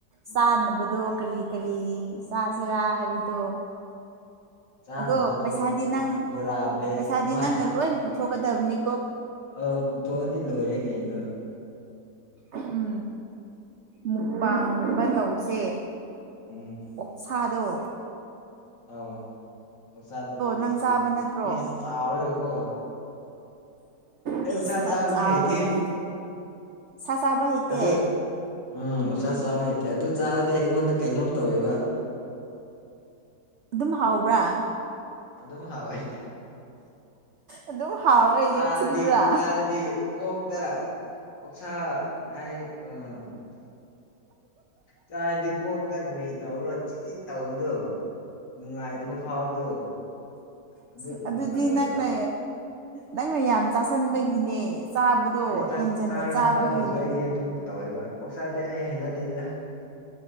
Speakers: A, on the left; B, on the right.
A: ꯎꯝ
B: ꯆꯥꯅꯕꯗꯣ ꯀꯔꯤ ꯀꯔꯤ ꯆꯥꯁꯤꯔꯥ ꯍꯥꯏꯕꯗꯣ
A: ꯆꯥꯅꯕꯗꯣ
B: ꯑꯗꯣ ꯄꯩꯁꯥꯗꯤ ꯅꯪ
A: ꯕꯣꯔꯥ ꯕꯦꯛ
B: ꯄꯩꯁꯥꯗꯤ
A: ꯑꯃ
B: ꯅꯪꯅ ꯂꯣꯏ ꯄꯨꯊꯣꯛꯀꯗꯕꯅꯤ
A: ꯑ ꯄꯨꯊꯣꯛꯑꯗꯤ ꯂꯣꯏꯔꯦ ꯀꯩꯅꯣ
B: ꯎꯝ ꯃꯨꯛꯕꯥꯡꯒꯨꯝꯕ ꯇꯧꯁꯦ
A: ꯎꯝ
B: ꯑꯣꯛꯁꯥꯗꯣ
A: ꯑꯥꯎ ꯑꯣꯛꯁꯥꯗꯣ ꯄꯤꯁ
B: ꯅꯪ ꯆꯥꯕ
A: ꯄꯤꯁ
B: ꯅꯠꯇ꯭ꯔꯣ
A: ꯄꯤꯁ ꯆꯥꯎꯔꯒꯀꯣ ꯑꯩ
B: ꯄꯤꯁ
A: ꯎꯁꯥ
B: ꯈꯔ
A: ꯆꯥꯕꯗꯤ
B: ꯆꯥꯎꯔꯒ
A: ꯍꯩꯇꯦ
B: ꯁꯥ ꯆꯥꯕ ꯍꯩꯇꯦ
A: ꯑꯗꯨ ꯎꯝ ꯑꯣꯛꯁꯥ ꯆꯥꯔ ꯍꯩꯇꯦ ꯑꯗꯨ ꯆꯥꯔꯗꯤ ꯑꯩꯉꯣꯟꯗ ꯀꯩꯅꯣꯝ ꯇꯧꯋꯦꯕ
B: ꯑꯗꯨꯝ ꯍꯥꯎꯕ꯭ꯔꯥ
A: ꯑꯗꯨꯝ ꯍꯥꯎꯋꯦ
B: ꯑꯗꯨꯝ ꯍꯥꯎꯔꯒ
A: ꯆꯥꯔꯗꯤ
B: ꯌꯣꯠꯁꯤꯟꯕ꯭ꯔꯥ
A: ꯆꯥꯔꯗꯤ ꯀꯣꯛ ꯇ ꯑꯣꯛꯁꯥ ꯍꯥꯏ ꯑꯥ ꯆꯥꯔꯗꯤ ꯀꯣꯛꯇ ꯀꯔꯤ ꯇꯧꯔ ꯆꯤꯛ ꯆꯤꯛ ꯇꯧꯕꯗꯣ ꯅꯨꯡꯉꯥꯏꯇꯕ ꯐꯥꯎꯕꯗꯣ ꯑꯗꯨꯒꯨꯝꯕ
B: ꯑꯁ ꯑꯗꯨꯗꯤ
A: ꯇꯧꯋꯦꯕ
B: ꯅꯪꯅ ꯅꯪꯅ ꯌꯥꯝ ꯆꯥꯁꯟꯕꯒꯤꯅꯦ ꯆꯥꯕꯗꯣ
A: ꯑꯩ ꯆꯥꯁ
B: ꯍꯦꯟꯖꯟꯅ
A: ꯆꯥꯔꯁꯨ
B: ꯆꯥꯕꯒꯤꯅꯦ
A: ꯆꯥꯗ꯭ꯔꯁꯨ ꯑꯩꯗꯤ ꯑꯗꯨꯝ ꯇꯧꯋꯦꯕ ꯑꯣꯛꯆꯥꯗꯤ ꯑꯩ ꯍꯥꯏꯅꯗꯦꯗ